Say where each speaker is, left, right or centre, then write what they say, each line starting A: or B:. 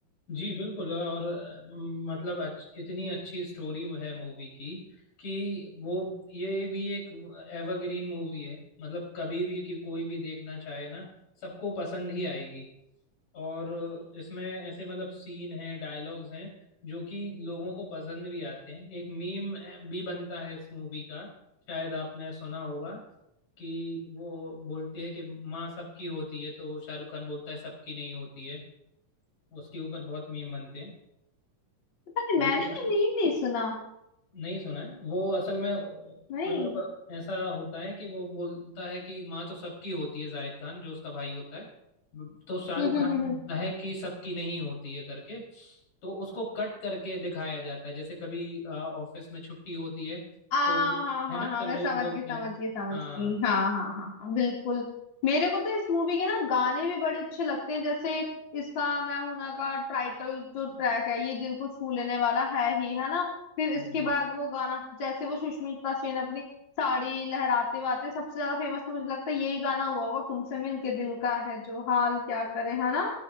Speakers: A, on the left (about 65°); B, on the left (about 35°).
A: जी बिल्कुल और अम, मतलब अच्छ, इतनी अच्छी स्टोरी है मूवी की कि वो ये भी एक एवरग्रीन मूवी है मतलब कभी भी कि कोई भी देखना चाहे ना सबको पसंद ही आएगी और इसमें ऐसे मतलब सीन हैं डायलॉग्स हैं जो कि लोगों को पसंद भी आते हैं एक मीम भी बनता है इस मूवी का शायद आपने सुना होगा कि वो बोलती है कि माँ सबकी होती है तो शाहरुख खान बोलता है सबकी नहीं होती है उसके ऊपर बहुत मीम बनते हैं
B: पता नहीं मैंने
A: देखा
B: ये मीम नहीं सुना
A: नहीं सुना है वो असल में
B: नहीं
A: मतलब ऐसा होता है कि वो बोलता है कि माँ तो सबकी होती है जाहिद खान जो उसका भाई होता है तो शाहरुख
B: <laughs>
A: खान बोलता है कि सबकी नहीं होती है करके तो उसको कट करके दिखाया जाता है जैसे कभी ऑफिस में छुट्टी होती है
B: आ
A: तो
B: हाँ
A: है
B: हाँ
A: ना
B: हाँ
A: तो लोग
B: मैं समझ
A: बोलते
B: गई समझ
A: हैं
B: गई समझ
A: हाँ
B: गई हाँ हाँ हाँ हाँ बिल्कुल मेरे को तो इस मूवी के ना गाने भी बड़े अच्छे लगते हैं जैसे इसका मैं हूं ना का टाइटल जो ट्रैक है ये दिल को छू लेने वाला है ही है ना फिर इसके
A: बिल्कुल
B: बाद वो गाना जैसे वो सुष्मिता सेन अपनी साड़ी लहराते हुए सबसे ज्यादा फेमस तो मुझे लगता है यही गाना हुआ होगा तुमसे मिलके दिल का है जो हाल क्या करे है ना